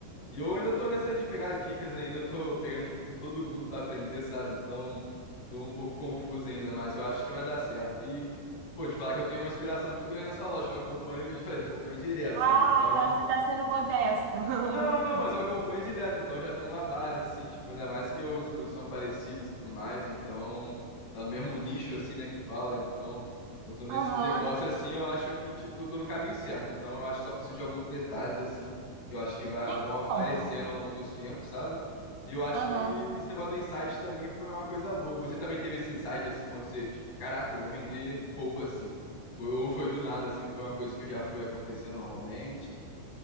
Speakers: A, on the left (about 55°); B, on the right (about 80°).
A: E eu ainda tô nessa de pegar dicas ainda, eu tô pegando dica com todo mundo pra aprender, sabe? Então, tô um pouco confuso ainda, mas eu acho que vai dar certo. E, pô, te falar que eu tenho uma inspiração muito grande na sua loja, que eu acompanho, eu te falei, te acompanho direto,
B: Ah,
A: sabe? Então,
B: você está sendo modesto. <laughs>
A: não, não, mas eu acompanho direto, então já tem uma base, assim, tipo, ainda mais que os produtos são parecidos e tudo mais, então tá no mesmo nicho, assim, né, que fala, então eu tô nesse
B: Aham.
A: negócio, assim, eu acho que, tipo, eu tô no caminho certo, então eu acho que só preciso de alguns detalhes, assim, que eu acho que vai-
B: Então.
A: vão aparecendo ao longo dos tempos, sabe? E eu acho
B: Aham.
A: que esse negócio do insight também foi uma coisa boa. Você também teve esse insight, assim, quando você, tipo, caraca, eu vou vender roupa, assim, Foi- ou foi do nada, assim, foi uma coisa que já foi acontecendo normalmente?